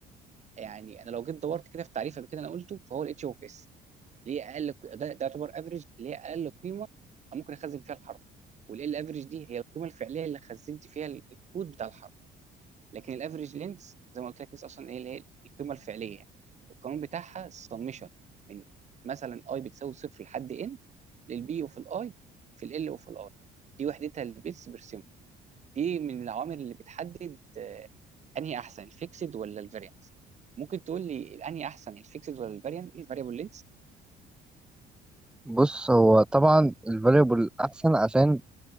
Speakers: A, on the right; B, in the centre.
A: يعني انا لو جيت دورت كده في تعريف قبل كده انا قلته فهو الاتش اوف اس ليه اقل ق- ده, ده يعتبر افريج ليه اقل قيمه أنا ممكن اخزن فيها الحرف والال افريج دي هي القيمه الفعليه اللي خزنت فيها ال- الكود بتاع الحرف لكن الافريج لينث زي ما قلت لك لسه اصلا ايه اللي هي القيمه الفعليه يعني القانون بتاعها السمشن من مثلا اي بتساوي صفر لحد ان للبي وفي الاي في ال وفي الاي دي وحدتها البيتس بير سيمبل دي من العوامل اللي بتحدد آه، انهي احسن الفيكسد ولا الفاريانس ممكن تقول لي الانهي احسن الفيكسد ولا الفاريانت الفاريبل لينث
B: ايه بص هو طبعا الفاريبل احسن عشان